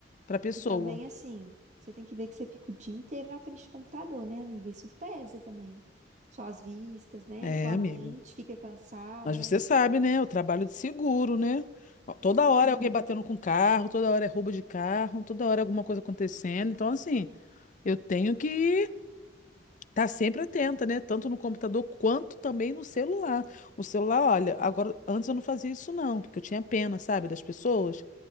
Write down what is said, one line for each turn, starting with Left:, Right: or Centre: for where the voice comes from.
Left: Para pessoa.
Right: E também, assim, você tem que ver que você fica o dia inteiro na frente do computador, né, amiga? Isso pesa também. Suas vistas, né?
Left: É,
Right: Sua
Left: amiga.
Right: mente fica cansada.
Left: Mas você sabe, né? O trabalho de seguro, né? Toda
Right: É.
Left: hora é alguém batendo com carro, toda hora é roubo de carro, toda hora é alguma coisa acontecendo. Então, assim, eu tenho que Tá sempre atenta, né? Tanto no computador quanto também no celular. O celular, olha, agora antes eu não fazia isso não, porque eu tinha pena, sabe, das pessoas,